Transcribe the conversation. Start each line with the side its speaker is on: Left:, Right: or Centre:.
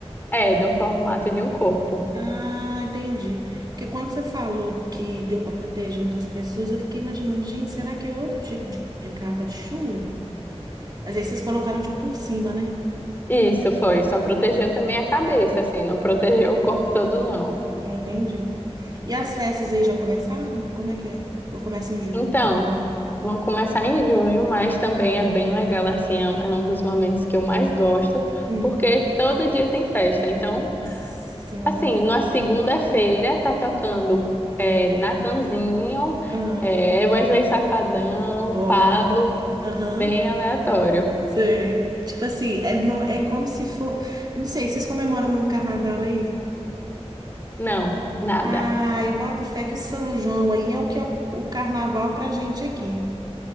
Left: É, do formato de um corpo.
Right: Ah, entendi. Porque quando você falou que deu para proteger outras pessoas, eu fiquei imaginando, gente, será que é outro tipo de, de capa de chuva? Mas aí vocês colocaram tipo por cima, né?
Left: Isso foi, só protegeu também a cabeça, assim, não protegeu o corpo todo, não.
Right: Não entendi. E as festas aí já começaram? Como é que é? Ou começa em junho?
Left: Então, vão começar em junho, mas também é bem legal, assim, é um, é um dos momentos que eu mais gosto,
Right: Hum,
Left: porque todo dia tem festa. Então,
Right: nossa senhora.
Left: Assim,
Right: né?
Left: na segunda-feira tá tocando é, Natanzinho,
Right: Ah,
Left: é, Wesley Safadão,
Right: ó,
Left: Pablo,
Right: aham,
Left: bem aleatório.
Right: sei. Tipo assim, é, no- é como se for. eu Não sei, vocês comemoram muito carnaval aí?
Left: Não, nada.
Right: Ah, eu boto fé que o São João aí é o que é o, o carnaval pra gente aqui.